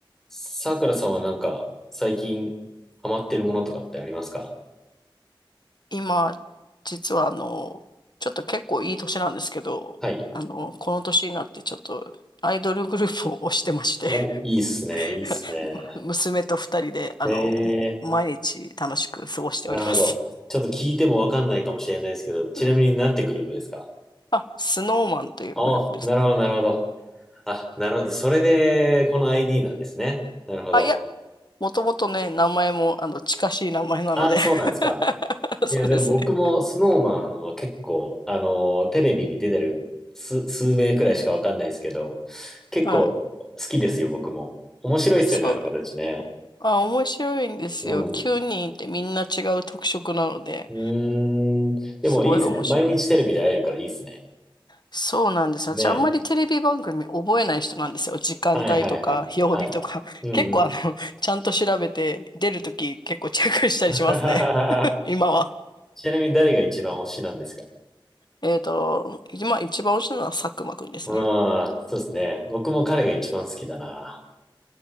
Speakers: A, in the centre; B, on the left.
A: さくらさんはなんか、最近ハマってるものとかってありますか
B: 今、実はあの、ちょっと結構いい年なんですけど、
A: はい。
B: あの、この年になってちょっとアイドルグループを推してまして
A: お、いいっすね、
B: <laughs>
A: いいっすね。
B: 娘と二人で、あの、
A: ええ、
B: 毎日楽しく過ごしております。
A: なるほど。ちょっと聞いてもわかんないかもしれないですけど、ちなみになんてグループですか
B: うんあ、スノーマンというグループです。
A: あ、なるほど、なるほど。あ、なるほど。それで、この ID なんですね。なるほど。
B: あ、いや、もともとね、名前も、あの、近しい名前なので
A: あ、そうなんですか。
B: <laughs> そうですね。
A: いや、でも僕もスノーマンは結構、あの、テレビに出てる数、数名くらいしかわかんないですけど、結構好きですよ、
B: はい。
A: 僕も。面白いっすよね、
B: そう。
A: あの子たちね。
B: あ、面白いんですよ。
A: うん。
B: 9人いてみんな違う特色なので、
A: うーん。でもいいですね。
B: すごい面白い。
A: 毎日テレビで会えるからいいですね。
B: そうなんです。
A: ね
B: 私あんまりテレビ番組覚えない人なんですよ。時間帯とか、
A: え。はいはいはい。
B: 曜日とか。
A: はい。うんうん。
B: <laughs> 結構あの、<laughs> ちゃんと調べて、出るとき結構チェックしたりしますね。
A: <laughs>
B: <laughs> 今は。
A: ちなみに誰が一番推しなんですか
B: えっと、今一番推しなのは佐久間くんですね。
A: うん、そうですね。僕も彼が一番好きだな。